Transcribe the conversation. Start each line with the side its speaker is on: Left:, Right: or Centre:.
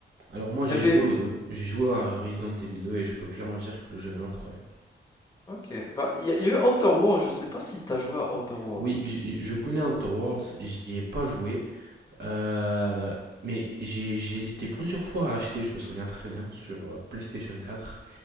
Right: Alors moi,
Left: Il
Right: j'ai
Left: y avait...
Right: joué aux deux. J'ai joué à Resident Evil 2 et je peux clairement dire que le jeu est incroyable.
Left: Ok, bah, il y, a il y a eu Outer world je sais pas si t'as joué à Outer world
Right: Oui, j- je connais Outer Worlds, j'y ai pas joué, euh, mais j'ai j'ai hésité plusieurs fois à l'acheter, je me souviens très bien, sur euh, PlayStation 4